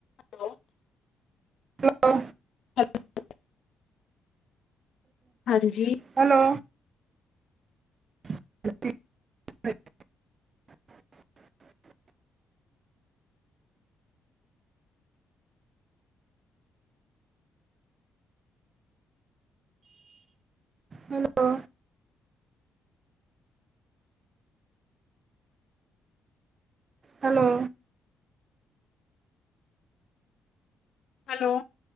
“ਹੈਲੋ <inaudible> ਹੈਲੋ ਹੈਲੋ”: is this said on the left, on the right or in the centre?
Right